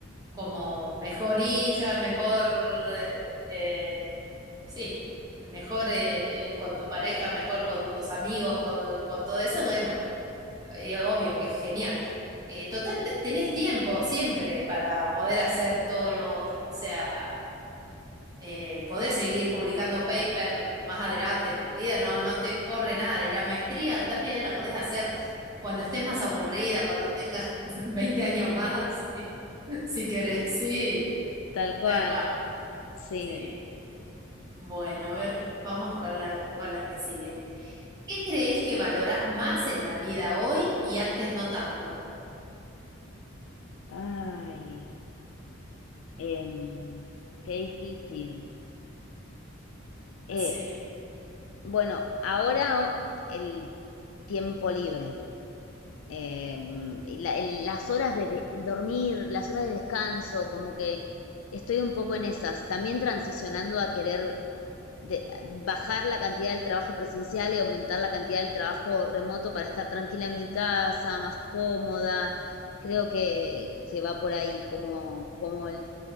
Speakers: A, on the right; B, on the left.
A: como mejor hija, mejor, eh, eh, sí, mejor en- en- con tu pareja, mejor con tus amigos, con, con todo eso, bueno, eh, obvio que es genial. Eh, total, te- tenés tiempo siempre para poder hacer todo lo otro, o sea eh, podés seguir publicando paper más adelante en tu vida, no, no te corre nada. Y la maestría también la podés hacer cuando estés más aburrida, cuando tengas <laughs> 20 años más, si, si querés. Sí,
B: Tal cual,
A: tal cual.
B: sí.
A: Sí. Bueno, a ver, vamos con la, con la que sigue. ¿Qué crees que valorás más en la vida hoy y antes no tanto?
B: Ay, em, qué difícil. Eh,
A: Sí,
B: bueno, ahora o- el tiempo libre. Eh, la- el- las horas de, de- el dormir, las horas de descanso, como que estoy un poco en esas. También transicionando a querer de- bajar la cantidad del trabajo presencial y aumentar la cantidad del trabajo remoto para estar tranquila en mi casa, más cómoda. Creo que, que va por ahí, como, como el-